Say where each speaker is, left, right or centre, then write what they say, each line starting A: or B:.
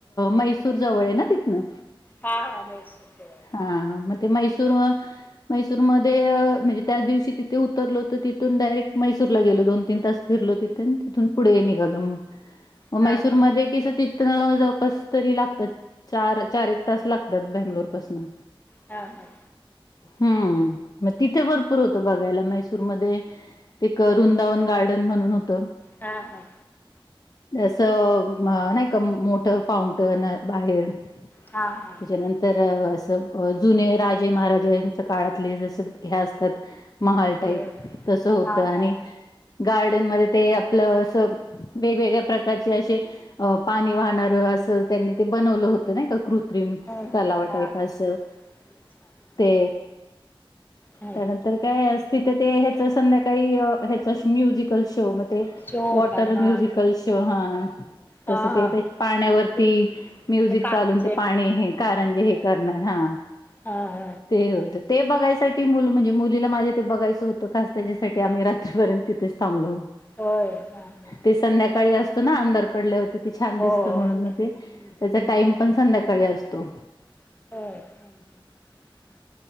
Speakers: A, on the left (about 45°); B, on the left (about 20°).
A: मैसूर जवळ आहे ना तिथन
B: हां हां म्हैसूरचं आहे तिकडे
A: हा
B: हं.
A: मैसूर मैसुरमध्ये म्हणजे त्या दिवशी तिथे उतरलो होतो तिथून डायरेक्ट मैसूरला गेलो दोन-तीन तास फिरलो तिथे तिथून पुढे निघालो मग
B: हां
A: मैसूरमध्ये
B: हां
A: किस तिथन जवळपास तरी लागतात चार चार एक तास लागतात बेंगलोरपसून
B: हा हा
A: हम्म मग तिथे भरपूर होत बघायला मैसूरमध्ये एक वृंदावन गार्डन म्हणून होत
B: हा हा
A: असं नाही का मोठ फाउंटन बाहेर
B: हां हां हां
A: त्याच्यानंतर जुने राजे महाराजेच्या काळातले जस ह्य असतात महाल टाईप
B: हं.
A: तस होतं
B: हां
A: आणि
B: हां
A: गार्डन मध्ये ते आपलं असं वेगवेगळ्या प्रकारचे असे अ पाणी वाहणार अस त्यांनी ते बनवलं होतं नाही का कृत्रिम
B: हो हो
A: तलावटाईप
B: हां हां
A: अस
B: अच्छा. हं.
A: ते
B: हो
A: त्यानंतर काय तिथे ते ह्याच संध्याकाळी ह्याच म्युझिकल शो म ते
B: शो
A: वॉटर
B: होता हां
A: म्युझिकल शो हा तसं
B: हां
A: ते
B: हां
A: त्या पाण्यावरती
B: ते
A: म्युझिक
B: ते कारंजे
A: चालून ते पाणी हे कारणजे हे करणार हा
B: ह ह
A: ते होतं ते बघायसाठी मुलं म्हणजे मुलीला माझ्या ते बघायचं होतं खास त्याच्यासाठी आम्ही रात्रीपर्यंत तिथेच थांबलो
B: होय, हा हा.
A: ते संध्याकाळी <unintelligible>
B: हो हं, हं.
A: टाईम पण संध्याकाळी असतो.
B: हो.